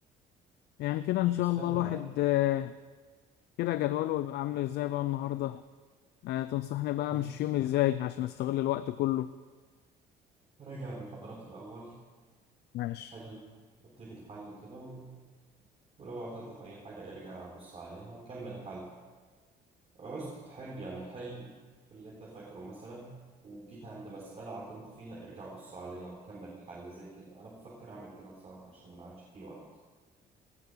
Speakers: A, on the left (about 75°); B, on the right (about 35°).
A: يعني كده إن
B: مش
A: شاء
B: مستاهلة
A: الله الواحد
B: لا
A: آه، كده جدوله يبقى عامل إزاي بقى النهاردة آه، تنصحني بقى
B: هاتي
A: مش يوم إزاي عشان أستغل الوقت كله
B: راجع المحاضرات الأول
A: ماشي
B: حل ابتدي الحل كده و... ولو عطلت في أي حاجة ارجع بص عليها وكمل حل عوزت تحل يعني حل اللي أنت فاكره مثلا وجيت عند مسألة عطلت فيها ارجع بص عليها وكمل حل زي كده أنا بفكر أعمل كده بصراحة عشان ما عادش فيه وقت